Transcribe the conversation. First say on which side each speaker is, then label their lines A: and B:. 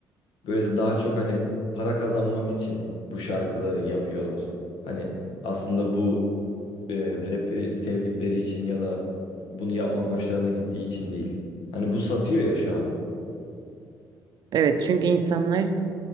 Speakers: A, on the left; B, on the right.
A: Böyle daha çok hani para kazanmak için bu şarkıları yapıyorlar. Hani aslında bu e, rap'i sevdikleri için ya da bunu yapmak hoşlarına gittiği için değil. Hani bu satıyor ya şu an.
B: Evet çünkü insanlar